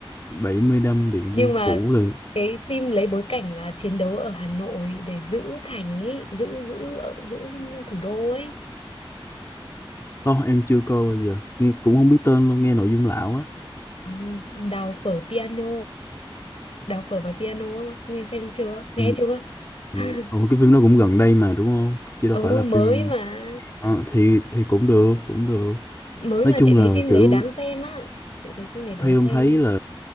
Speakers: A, on the left; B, on the left.
A: 70 năm Điện
B: nhưng
A: Biên
B: mà
A: Phủ là
B: cái phim lấy bối cảnh là chiến đấu ở Hà Nội để giữ thành ấy giữ giữ ở- giữ thủ đô ấy
A: không em chưa coi bao giờ nghe cũng không biết tên luôn nghe nội dung lão á
B: Ừ, đào phở piano đào phở và piano á, nghe xem chưa nghe
A: Ừ,
B: chưa <laughs>
A: ừ. Ủa cái phim nó cũng gần đây mà đúng không chứ
B: ừ
A: đâu phải là
B: mới
A: phim
B: mà
A: Ờ, thì thì cũng được cũng được
B: mới
A: nói
B: mà
A: chung
B: chị thấy
A: là
B: phim
A: kiểu
B: đấy đáng xem á chị thấy phim đấy đáng
A: theo
B: xem
A: em thấy
B: nhá
A: là